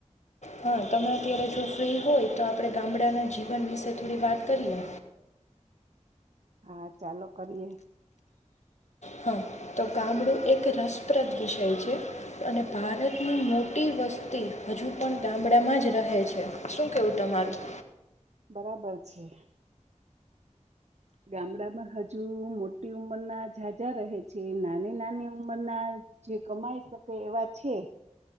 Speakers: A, on the left; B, on the right.
A: હા તમે અત્યારે જો ફ્રી હોય તો આપણે ગામડાના જીવન વિશે થોડી વાત કરીએ
B: હા ચાલો કરીએ
A: હા તો ગામડું એક રસપ્રદ વિષય છે અને ભારતની મોટી વસ્તી હજુ પણ ગામડામાં જ રહે છે શું કેવું તમારું
B: બરાબર છે ગામડામાં હજુ મોટી ઉંમરના જાઝઝા રહે છે નાની નાની ઉંમરના જે કમાઈ શકે એવા છે